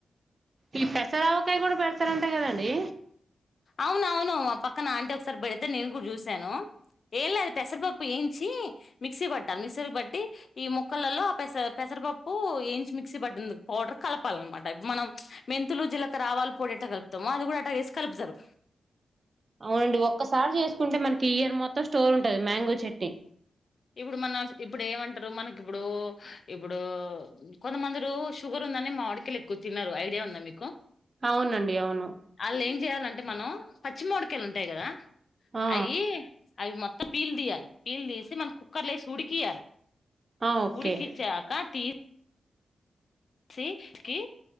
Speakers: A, on the right (about 45°); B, on the left (about 60°).
A: ఈ పెసర ఆవకాయ కూడా పెడతారంట కదండి
B: అవును అవును పక్కన ఆంటీ ఒకసారి పెడితే నేను కూడా చూశాను ఏం లేదు పెసర పప్పు ఎయించి మిక్సీ పట్టాలి మిక్సీ పట్టి ఈ ముక్కలల్లో పెస పెసరపప్పు ఏయించి మిక్సీ పట్టింది పౌడర్ కలపాలన్నమాట ఇప్పుడు మనం మెంతులు జీలకర ఆవాలు పొడి ఎట్టా కలుపుతమో అది కూడా అట్టా వేసి కలుపుతరు
A: అవునండి ఒక్కసారి చేసుకుంటే మనకి ఇయర్ మొత్తం స్టోర్ ఉంటుంది మ్యాంగో చట్నీ
B: ఇప్పుడు మన ఇప్పుడు ఏమంటారు మనకి ఇప్పుడు ఇప్పుడు కొంతమందురు షుగర్ ఉందని మావాడికాయలు ఎక్కువ తినరు ఐడియా ఉందా మీకు
A: అవునండి అవును
B: వాళ్ళు ఏం చేయాలంటే మనం పచ్చిమావిడికాయలు ఉంటాయి కదా
A: ఆ
B: అయి అవి మొ పీలు తీయాలి పీలు తీసి మన కుక్కర్లోసి ఉడికియాలి
A: ఆ ఓకే
B: ఉడికించాక తీ సి కి